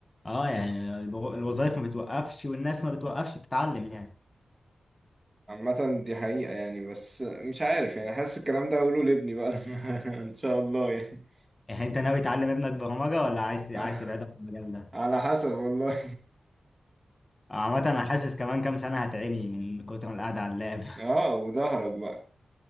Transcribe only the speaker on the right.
<laughs> عامة دي حقيقة يعني بس مش عارف يعني حاسس الكلام ده هقوله لابني بقى لما <laughs> ان شاء الله يعني
<laughs>
على حسب والله
<laughs> اه وظهرك بقى